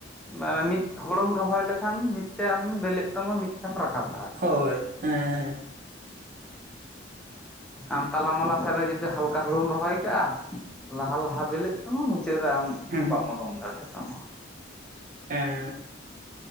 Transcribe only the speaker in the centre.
ᱢᱟᱱᱮ ᱢᱤᱫ ᱦᱳᱲᱳ ᱨᱚᱦᱚᱭ ᱞᱮᱠᱷᱟᱱ ᱢᱤᱫ ᱛᱮ ᱟᱢ ᱵᱮᱞᱮᱜ ᱛᱟᱢᱟ ᱢᱤᱫ ᱛᱮᱢ ᱨᱟᱠᱟᱵᱟ᱾ ᱟᱨᱠᱤ
ᱟᱢ ᱛᱟᱞᱟ ᱢᱟᱞᱟ ᱥᱮᱫ ᱨᱮ ᱡᱩᱫᱤ ᱦᱟᱞᱠᱟ ᱦᱩᱲᱩᱢ ᱨᱚᱦᱚᱭ ᱠᱟᱜᱼᱟ ᱞᱟᱦᱟ ᱞᱟᱦᱟ ᱵᱮᱞᱮᱜ ᱛᱟᱢᱟ ᱢᱩᱪᱟᱹᱫ ᱨᱮ ᱟᱢ
ᱵᱟᱢ ᱳᱰᱳᱝ ᱫᱟᱲᱮᱭᱟ ᱛᱟᱢᱟ᱾